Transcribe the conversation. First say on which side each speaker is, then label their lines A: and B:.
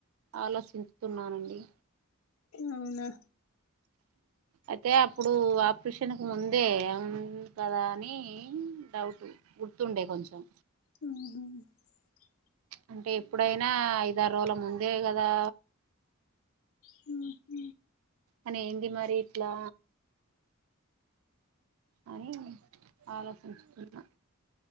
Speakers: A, on the right; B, on the left.
A: ఆలోచించుతున్నానండి
B: అవునా
A: అయితే ఇప్పుడు ఆపరేషన్కి ముందే ఉంది కదా అని డౌట్ గుర్తుండే కొ కొంచం
B: ఆహ
A: అంటే ఎప్పుడైనా ఐదారు రోజుల ముందే కదా
B: హు హు
A: అని ఏంది మరి ఇట్లా అనీ ఆలోచించుకున్నా